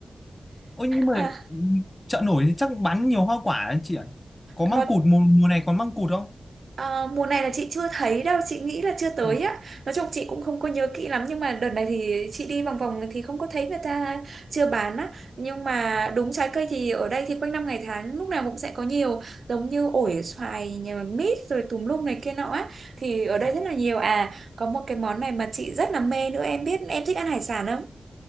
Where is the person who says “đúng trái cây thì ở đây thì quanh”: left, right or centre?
Right